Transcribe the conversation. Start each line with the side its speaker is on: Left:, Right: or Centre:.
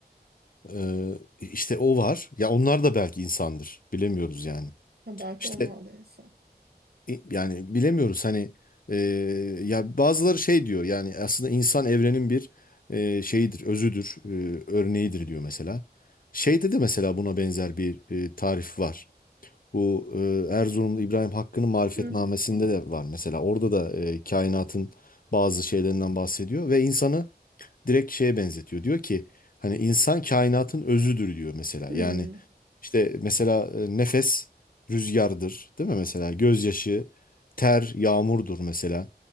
Left: Ee, işte o var. Ya onlar da belki insandır. Bilemiyoruz yani.
Right: Ha, belki
Left: İşte
Right: onlar da insan.
Left: i- yani bilemiyoruz hani e, ya bazıları şey diyor yani aslında insan evrenin bir e, şeyidir, özüdür, e, örneğidir diyor mesela. Şeyde de mesela buna benzer bir e, tarif var. Bu e, Erzurumlu İbrahim Hakkı'nın Marifetnamesinde
Right: Hı
Left: de var mesela. Orada da e, kainatın bazı şeylerinden bahsediyor ve insanı direkt şeye benzetiyor. Diyor ki hani insan kainatın özüdür diyor mesela.
Right: Hmm.
Left: Yani işte mesela e, nefes rüzgardır değil mi mesela? Gözyaşı, ter, yağmurdur mesela.